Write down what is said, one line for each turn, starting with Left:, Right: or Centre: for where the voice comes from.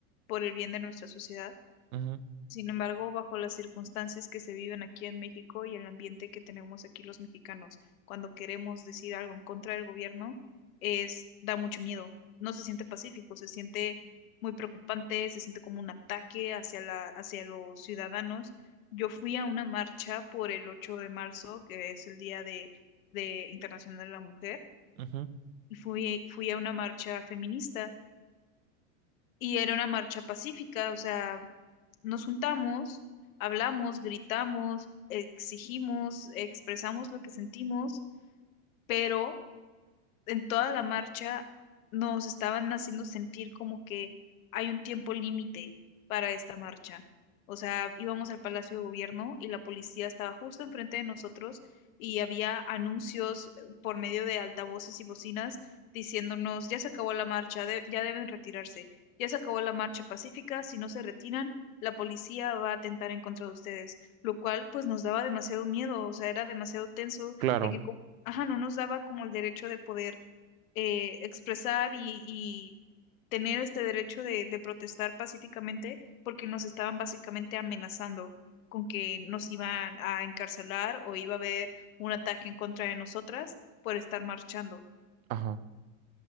Left: por el bien de nuestra sociedad.
Right: ujú,
Left: Sin embargo, bajo las circunstancias que se viven aquí en México y el ambiente que tenemos aquí los mexicanos, cuando queremos decir algo en contra del gobierno, es, da mucho miedo. No se siente pacífico, se siente muy preocupante, se siente como un ataque hacia la, hacia los ciudadanos. Yo fui a una marcha por el 8 de marzo, que es el Día de, de Internacional de la Mujer,
Right: ujú.
Left: y fui, fui a una marcha feminista. Y era una marcha pacífica, o sea, nos juntamos, hablamos, gritamos, exigimos, expresamos lo que sentimos, pero en toda la marcha nos estaban haciendo sentir como que hay un tiempo límite para esta marcha. O sea, íbamos al Palacio de Gobierno y la policía estaba justo enfrente de nosotros y había anuncios eh, por medio de altavoces y bocinas diciéndonos, ya se acabó la marcha, de- ya deben retirarse, ya se acabó la marcha pacífica, si no se retiran, la policía va a atentar en contra de ustedes, lo cual pues nos daba demasiado miedo, o sea, era demasiado tenso
Right: Claro,
Left: de que ajá, no nos daba como el derecho de poder eh, expresar y, y tener este derecho de, de protestar pacíficamente porque nos estaban básicamente amenazando con que nos iban a encarcelar o iba a haber un ataque en contra de nosotras por estar marchando.
Right: ajá.